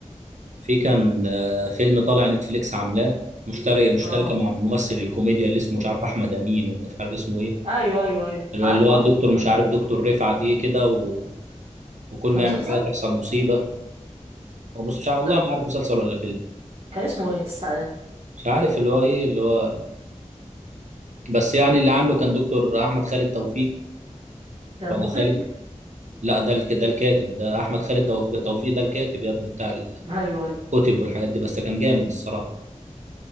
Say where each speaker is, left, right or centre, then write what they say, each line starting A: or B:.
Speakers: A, on the right (about 70°); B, on the right (about 55°).
A: في كان آه، فيلم طالع نتفليكس عاملاه مشترك مشتركة
B: اه
A: مع ممثل الكوميديا اللي اسمه مش عارف احمد امين ولا مش عارف اسمه ايه
B: ايوه ايوه ايوه
A: اللي
B: عارفه
A: هو
B: عارفه
A: الدكتور مش عارف دكتور رفعت ايه كده و... وكل ما
B: ده مسلسل
A: يعمل حاجه تحصل مصيبه هو بص مش عارف والله
B: ده
A: ما عارف مسلسل ولا فيلم
B: كان اسمه ايه الس...
A: مش عارف اللي هو ايه اللي هو بس يعني اللي عامله كان دكتور احمد خالد توفيق
B: ده المخرج
A: ولا خالد لا ده الك... ده الكاتب ده احمد خالد توفيق, توفيق ده الكاتب يا ابني بتاع
B: ايوه ايوه
A: الكتب والحاجات دي بس كان جامد الصراحه